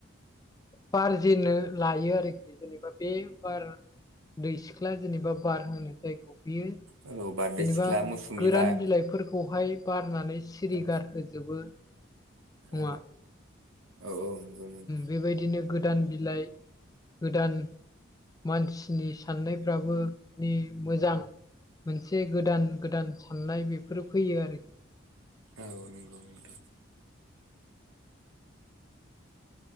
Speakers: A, on the left; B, on the right.
A: बारजेननो लायो आरोखि जेनेबा बे बार दै सिख्ला जेनेबा बार होनो जायखौ बियो
B: औ बारदै
A: जेनेबा
B: सिख्ला मौसुमि
A: गोरान
B: बार
A: बिलाइफोरखौहाय बारनानै सिरिगारहोजोबो
B: औ
A: <inaudible>
B: औ
A: ओम
B: औ औ नंगौ नोंथां
A: बेबायदिनो गोदान बिलाइ गोदान मानसिनि साननायफ्राबो मानि मोजां एसे गोदान गोदान साननाय बेफोरो फैयो आरोखि
B: औ नंगौ नोंथां